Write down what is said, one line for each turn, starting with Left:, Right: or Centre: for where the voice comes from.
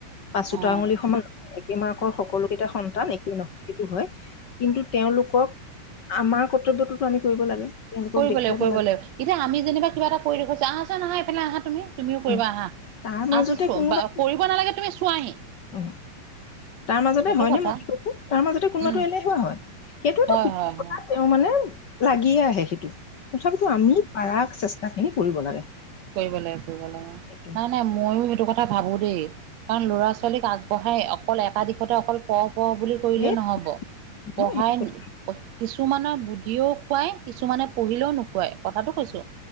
Left: পাচোতা
Right: অ',
Left: আঙুলি সমান একেম আৰ সকলোক কেইটা সন্তান একেই নহয়। সেইটো হয় কিন্তু তেওঁলোকক আমাৰ কৰ্তব্যটোতো আমি কৰিব লাগে। তেওঁলোকক
Right: কৰিব
Left: দেখুৱাব
Right: লাগিব কৰিব
Left: লাগে
Right: লাগিব। এতিয়া আমি যেনিবা কিবা এটা কৰি দেখুৱাইছো আহ চোন আহা এইফালে আহা তুমি। তুমিও কৰিবা
Left: উম,
Right: আহা
Left: তাৰ মাজতে
Right: আহ
Left: কোনোবা
Right: <inaudible> কৰিব নালাগে তুমি চোৱাহি।
Left: <unintelligible> তাৰ মাজতে
Right: সেইটো
Left: হয়
Right: কথা
Left: নে মই কি কৈছো তাৰ মাজতে কোনোবাটো
Right: উম,
Left: এলেহুৱা হয় সেইটো এটা
Right: হয়
Left: সুখ
Right: হয় হয়।
Left: তেওঁ মানে লাগিয়ে আহে সেইটো, তথাপিতো আমি পাৰা চেষ্টা খিনি কৰিব লাগে।
Right: কৰিব লাগে কৰিব লাগে।
Left: সেইটো
Right: নাই নাই মইো সেইটো কথা কথা ভাবো দেই, কাৰণ ল'ৰা ছোৱালীক আগবঢ়াই অকল এটা দিশতে অকল প পঢ় বুলি কৰিলে
Left: এই
Right: নহব।
Left: নহয়
Right: পঢ়াই
Left: সেইটো কথা
Right: কিছু কিছুমানৰ বুদ্ধিও খুৱাই, কিছুমানে পঢ়িলেও নোখুৱায়। কথাটো কৈছো।